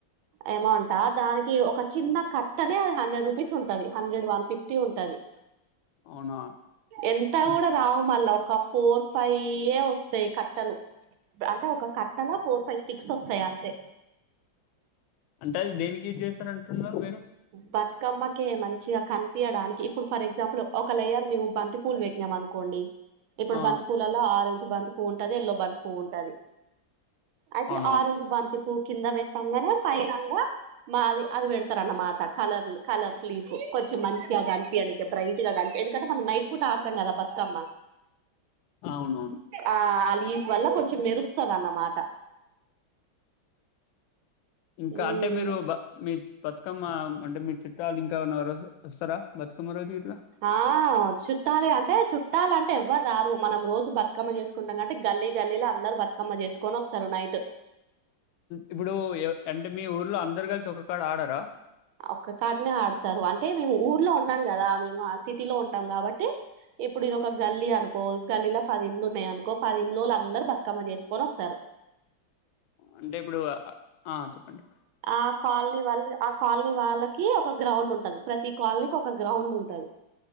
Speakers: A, on the right (about 85°); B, on the left (about 80°).
A: అమౌంటా దానికి ఒక చిన్న కట్టనే అది హండ్రెడ్ రూపీస్ ఉంటది హండ్రెడ్ వన్ ఫిఫ్టీ ఉంటది
B: అవునా
A: ఎంత
B: అన్
A: కూడా రావు మళ్ళా ఒక ఫోర్ ఫైవ్య వస్తాయి కట్ ట్టలు అంటే ఒక కట్టలా ఫోర్ ఫైవ్ స్టిక్స్ వస్తాయి అంతే
B: అంటే అది దేనికి యూస్ చేస్తారాంటున్నారు మీరు
A: బతుకమ్మకే మంచిగా కనిపియడానికి ఇప్పుడు ఫర్ ఎగ్జాంపుల్ ఒక లేయర్ మేము బంతి పూల్ పెట్టినం అనుకోండి ఇప్పుడు
B: ఆ
A: బంతి పూలల్ల ఆరెంజ్ బంతి పువ్వు ఉంటది ఆరెంజ్ బంతి పువ్వు ఉంటది అయితే
B: అవునవును
A: ఆరెంజ్ బంతిపు కింద పెట్టంగానే పైంగా మాది అది పెడు తార్ అనమాట కలర్లు కలర్ ఫ్లీఫ్ కొంచెం మంచిగా కనిపియ్యనికి బ్రైట్ గా కనిపి ఎందుకంటే మనం నైట్ పుట అడుతంగా బతుకమ్మ
B: అవునవును
A: ఆ ఆ లీఫ్ వల్ల కొంచెం మెరుస్తదన్నమాట
B: ఇంకా
A: ఉమ్
B: అంటే మీరు బ మీ బతుకమ్మ అంటే మీ చుట్టాలు ఇంకాన్న రోజు వస్తారా బతుకమ్మ రోజు గీట్లా
A: ఆ చుట్టాలే అంటే చుట్టాలు ఎవ్వరు రారు మనం రోజు బ బతుకమ్మ చేసుకుంటాంటే గల్లీ గల్లీలో అందరు బతుకమ్మ చేసుకొని వస్తారు నైట్
B: ఇప్పుడు ఎ అంటే మీ ఊర్లో అందరు కలిసి ఒక కాడ ఆడరా
A: ఒక్క కాడనే ఆడతారు అంటే మేము ఊర్లో ఉండం కదా మేము ఆ సిటీలో ఉంటాం కాబట్టి ఇప్పుడు ఇది ఒక గల్లీ అనుకో గల్లీల పదిండ్లు ఉన్నాయనుకో పదిండ్లోలందరు బతుకమ్మ చేసుకొనొస్తారు
B: అంటే ఇప్పుడు ఆ చెప్పండి
A: ఆ కాలనీ వాల్ అక్ కాలనీ వాళ్ళకి ఒక గ్రౌండ్ ఉంటది ప్రతి కాలనీకి ఒక గ్రౌండ్ ఉంటది